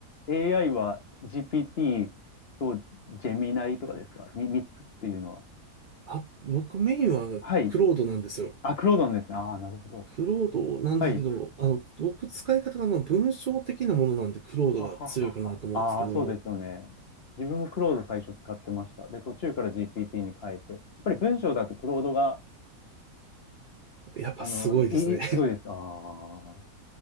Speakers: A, on the left; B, on the right.
A: AI は GPT とジェミナイとかですか ?3 つっていうのは。
B: あ、僕メインはクロードなんですよ。
A: はい。あ、クロードンですね。ああ、なるほど。
B: クロードなんですけど、
A: はい。
B: あの、僕使い方があの文章的なものなんでクロードが強いかなと思うんですけど、
A: はははは。ああ、そうですよね。自分もクロード最初使ってました。で、途中から GPT に変えて。やっぱり文章だとクロードが、
B: やっぱすごいですね。
A: あの、いい、すごいですかああ。